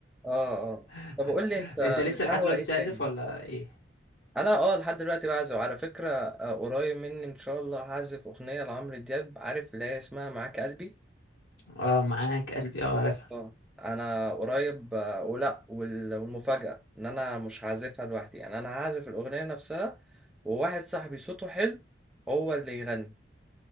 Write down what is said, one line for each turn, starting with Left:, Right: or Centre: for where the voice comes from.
Centre: اه اه
Left: <laughs>
Centre: طب قول لي انت
Left: انت لسه
Centre: بتهوى
Left: لحد دلوقتي
Centre: ايه
Left: بتعزف
Centre: تاني
Left: ولا ايه
Centre: انا اه لحد دلوقتي بعزف على فكرة آه، قريب مني ان شاء الله هعزف اغنية لعمرو دياب عارف اللي هي اسمها معاك قلبي
Left: اه معاك قلبي اه عارف
Centre: اه انا قريب آه، ولا وال- والمفاجأة ان انا مش هعزفها لوحدي يعني انا هعزف الاغنية نفسها وواحد صاحبي صوته حلو هو اللي يغني